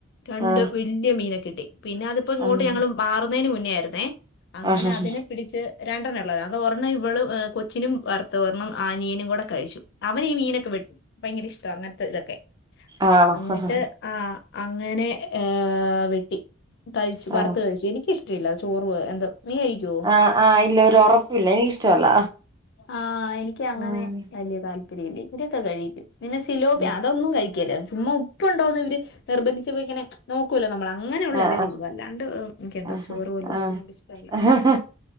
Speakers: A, on the left; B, on the right.
A: രണ്ട്
B: ആഹ്
A: വല്യ മീനെ കിട്ടി പിന്നെ അതിപ്പോ ഇങ്ങോട്ട്
B: ആഹ്
A: ഞങ്ങള് മാറ് ന്നേന് മുന്നെയായിരുന്നേ അങ്ങനെ
B: ആഹ് ആഹ്
A: അതിനെ പിടിച്ച് രണ്ടെണ്ണേ ഉള്ളാരുന്ന് അത് ഒരെണ്ണം ഇവള് കൊച്ചിനും വറുത്തു ഒരെണ്ണം അനിയനും കൂടെ കഴിച്ചു അവന് ഈ മീനൊക്കെ വെ ഭയങ്കര ഇഷ്ടവാ അങ്ങനെ ത്ത് ഇതൊക്കെ
B: ആണോ
A: അന്നിട്ട്
B: ആഹ്
A: ആഹ് അങ്ങനെ ഏഹ് വെട്ടി കഴിച്ചു വറുത്ത്
B: ആഹ്
A: കഴിച്ചു എനിക്കിഷ് ടവില്ല അത് ചോറും എന്ത് നീ കഴിക്കുവോ
B: ആഹ് ഇല്ല ഒരു ഉറപ്പില്ല എനിക്കിഷ്ടമല്ല
A: ആഹ് എനിക്ക് അങ്ങനെ
B: ഉം
A: വല്യ താല്പര്യം ഇല്ല ഇവര് ക്കെ കഴിക്കും പിന്നെ സിലോപ്പിയ
B: ഉം
A: അതൊന്നും കഴി കേല ചുമ്മാ ഉപ്പ് ഉണ്ടോന്ന് ഇവര് നിർബന്ധിച്ചപ്പോ ഇങ്ങനെ നോക്കൂല്ലോ നമ്മള് അങ്ങനെയുള്ള
B: ആഹ്
A: ഇതേ ഉള്ളൂ അല്ലാണ്ട് എനിക്കെന്തോ
B: ആഹ്
A: ചോറ്പോലെ ഇരിക്കുന്ന
B: ആഹ്
A: കൊണ്ട് ഇഷ്ട അല്ല
B: ആഹ്